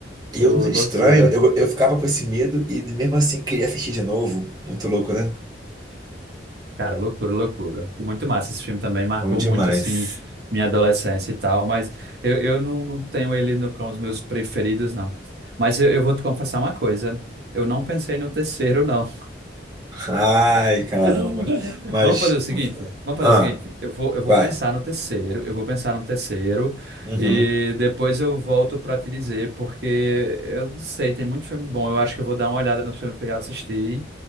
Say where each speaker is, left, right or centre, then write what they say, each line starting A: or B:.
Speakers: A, on the right; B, on the right.
A: E
B: Pô,
A: eu,
B: loucura.
A: estranho, eu, eu ficava com esse medo e mesmo assim queria assistir de novo. Muito louco, né?
B: Cara, loucura, loucura. Muito massa esse filme também, marcou
A: Bom demais.
B: muito, assim, minha adolescência e tal, mas eu, eu não, não tenho ele no, com os meus preferidos, não. Mas eu, eu vou te confessar uma coisa, eu não pensei no terceiro, não.
A: Ai, caramba.
B: <laughs>
A: Mas.
B: Vamos fazer o seguinte, vamos
A: Ah,
B: fazer o seguinte, eu vou, eu vou
A: vai.
B: pensar no terceiro, eu vou pensar no terceiro,
A: Uhum.
B: e depois eu volto pra te dizer, porque eu não sei, tem muito filme bom, eu acho que eu vou dar uma olhada nos filmes que eu já assisti,